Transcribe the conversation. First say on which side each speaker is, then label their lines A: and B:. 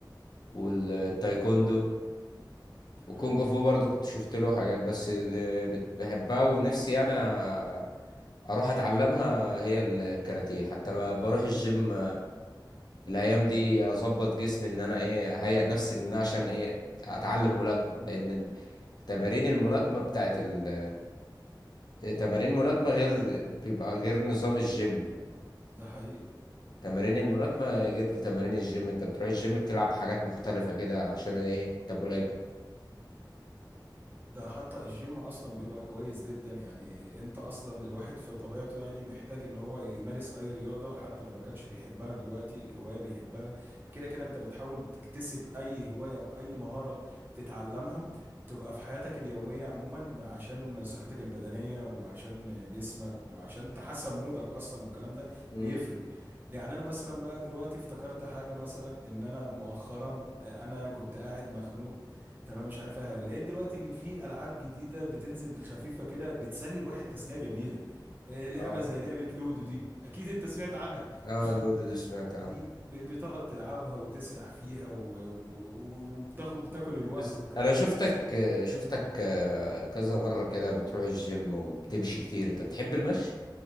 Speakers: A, on the left; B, on the right.
A: والتايكوندو
B: تمام
A: وكونج فو برضو كنت شفت له حاجات بس اللي بت- بحبها ونفسي انا اروح اتعلمها هي الكاراتيه حتى ب- بروح الجيم الايام دي اظبط جسمي ان انا ايه اهيئ نفسي ان انا عشان ايه اتعلم ملاكمه لان ال- تمارين الملاكمه بتاعت ال تمارين الملاكمه غير بيبقى غير نظام الجيم
B: ده حقيقي
A: تمارين الملاكمه غير تمارين الجيم انت بتروح الجيم بتلعب حاجات مختلفه كده عشان ايه انت ملاكم
B: ده حتى الجيم اصلا بيبقى كويس جدا يعني انت اصلا الواحد في طبيعته يعني محتاج ان هو يمارس اي رياضة حتى لو ما كانش بيحبها دلوقتي هواية بيحبها كده كده انت بتحاول تكتسب اي هواية او اي مهارة تتعلمها تبقى في حياتك اليومية عموما عشان صحتك البدنية وعشان جسمك وعشان تحسن مودك اصلا والكلام ده
A: امم
B: بيفرق يعني انا مثلا بقى دلوقتي افتكرت حاجة مثلا ان انا مؤخرا انا كنت قاعد مخنوق تمام مش عارفها لقيت دلوقتي ان في العاب جديده بتنزل خفيفه كده بتسلي الواحد تسليه جميله إيه، لعبه
A: اه
B: زي لعبه لودو دي اكيد انت سمعت عنها
A: اه لودو
B: <laughs>
A: دي سمعت عنه
B: دي ب- بتقعد تلعبها وتسرح فيها و- و- و- وبتاخد بتاكل الوقت
A: بس
B: والكلام
A: انا شفتك
B: ده تسليه جميله
A: شفتك آه، كذا مره كده بتروح الجيم وبتمشي كتير انت بتحب المشي